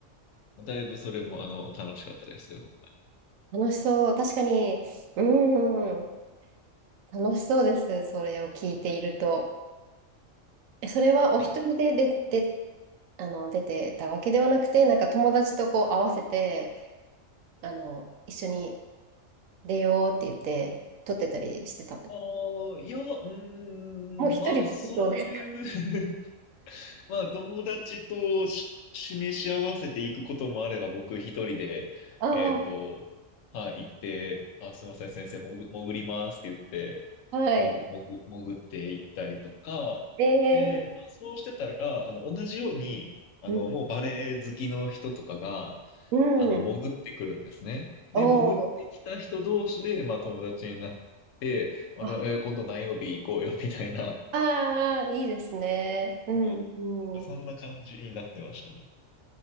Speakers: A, on the left; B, on the right.
A: た。だいぶそれも、あの、楽しかったですよ。
B: 楽しそう。確かに、うん、楽しそうです。それを聞いていると。えそれはお一人で、
A: はい。
B: で、で、あの、出てたわけではなくて、なんか友達とこう合わせて、あの、一緒に出ようって言って、撮ってたりしてた。
A: ああ、いや、うー
B: もう一人でそうですか。
A: ん、まあ、そういう <laughs> まあ、友達とし示し合わせていくこともあれば、僕一人で、
B: あ
A: えっと、はい、行って、あ、すいません、先生、潜、潜りますって言って、
B: <laughs> あ、はい。
A: 潜、潜、潜って行ったりとか、
B: ええ
A: で、まあそうしてたら、あの、同じように、あの、
B: うん、
A: もうバレエ好きの人とかが、
B: うん。
A: あの、潜ってくるんですね。
B: お
A: で、潜ってきた人同士で、まあ、友達になって、あ、
B: あ
A: じゃあ、えー今度何曜日行こうよ、みたいな。
B: あー、いいですね。うん、
A: はい。
B: うん。
A: なんかそんな感じになってましたね。